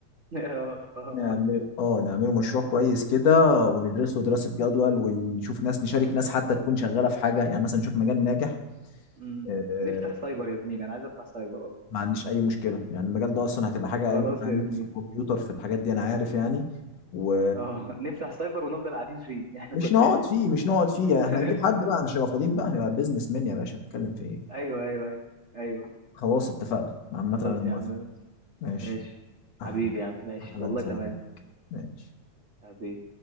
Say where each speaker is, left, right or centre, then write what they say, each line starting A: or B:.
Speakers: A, on the right (about 55°); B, on the left (about 65°).
A: <laughs>
B: نعمل اه نعملوا مشروع كويس كده وندرسه دراسة جدول ونشوف ناس نشارك ناس حتى تكون شغالة في حاجة يعني مثلا نشوف مجال ناجح
A: أمم.
B: آه،
A: نفتح سايبر يا زميلي انا عايز افتح سايبر والله
B: ما عنديش اي مشكله يعني المجال ده اصلا هتبقى حاجه
A: خلاص
B: انتوا فاهمين
A: يا زميلي
B: في الكمبيوتر في الحاجات دي انا عارف يعني و...
A: اه نفتح سايبر ونفضل قاعدين فيه احنا
B: مش
A: كلنا
B: نقعد فيه مش نقعد فيه
A: <laughs>
B: احنا هنجيب حد بقى مش هنبقى فاضيين بقى هنبقى بيزنس مان يا باشا بتتكلم في ايه
A: ايوه ايوه ايوه ايوه
B: خلاص اتفقنا عامة
A: خلاص
B: انا موافق
A: يا عم ماشي
B: ماشي
A: ماشي حبيبي
B: اهلا
A: يا عم ماشي
B: اهلا
A: والله
B: وسهلا
A: تمام
B: ماشي
A: أبي